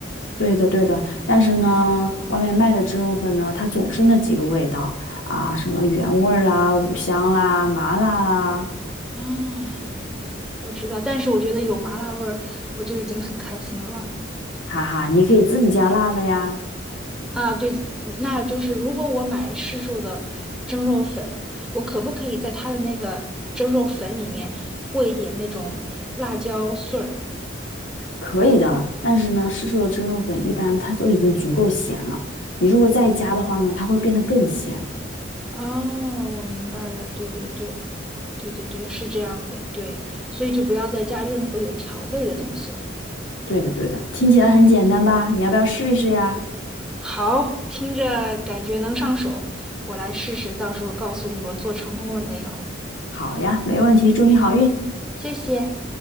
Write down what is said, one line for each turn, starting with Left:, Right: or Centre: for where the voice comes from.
Left: 对的，对的，但是呢，外面卖的蒸肉粉呢，它总是那几个味道。啊，什么原味儿啦、五香啦、麻辣啦，
Centre: 啊，我知道，但是我觉得有麻辣味儿，我就已经很开心了。
Left: 哈哈，你可以自己加辣的呀，
Centre: 啊，对，那就是如果我买市售的蒸肉粉，我可不可以在它的那个蒸肉粉里面和一点那种辣椒碎儿？
Left: 可以的。但是呢，市售的蒸肉粉一般它都已经足够咸了，你如果再加的话呢，它会变得更咸。
Centre: 哦，我明白了，对对对对对对，是这样的，对，所以就不要再加任何有调味的东西了。
Left: 对的，对的，听起来很简单吧？你要不要试一试呀？
Centre: 好，听着感觉能上手，我来试试，到时候告诉你我做成功了没有。
Left: 好呀，没问题，祝你好运。
Centre: 谢谢。